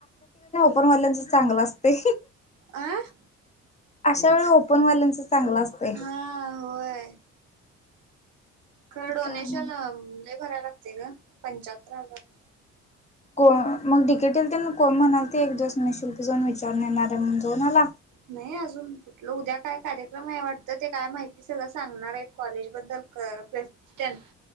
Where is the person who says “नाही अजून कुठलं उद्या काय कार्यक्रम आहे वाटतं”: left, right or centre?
Right